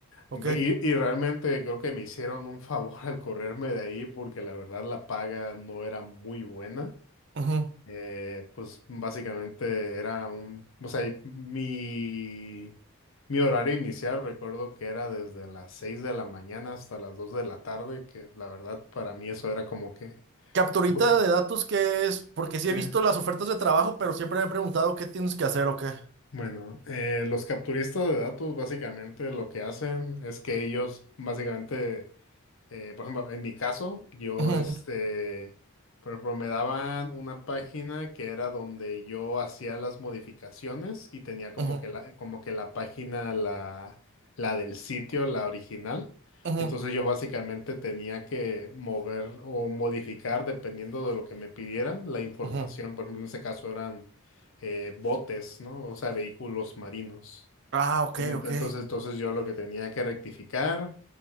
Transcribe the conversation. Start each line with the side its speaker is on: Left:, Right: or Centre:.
Right: ok,
Left: Re- y, y realmente creo que me hicieron un favor <laughs> al correrme de ahí porque la verdad la paga no era muy buena
Right: ujú.
Left: eh, pues básicamente era un, o sea, y mi, mi horario inicial recuerdo que era desde las 6 de la mañana hasta las 2 de la tarde, que la verdad para mí eso era como que...
Right: Capturita
Left: Bu-
Right: de datos, ¿qué es? Porque sí
Left: Eh,
Right: he visto las ofertas de trabajo, pero siempre me he preguntado qué tienes que hacer o qué.
Left: Bueno, eh, los capturistas de datos básicamente lo que hacen es que ellos básicamente Eh, por ejemplo, en mi caso, yo,
Right: Ujú,
Left: este, por ejemplo, me daban una página que era donde yo hacía las modificaciones y tenía como
Right: ujú,
Left: que la, como que la página, la, la del sitio, la original.
Right: ujú,
Left: Entonces yo básicamente tenía que mover o modificar, dependiendo de lo que me pidieran, la información.
Right: ujú.
Left: Por ejemplo, en ese caso eran eh, botes, ¿no? O sea, vehículos marinos.
Right: Ah, ok,
Left: Ent-
Right: ok.
Left: Entonces, entonces yo lo que tenía que rectificar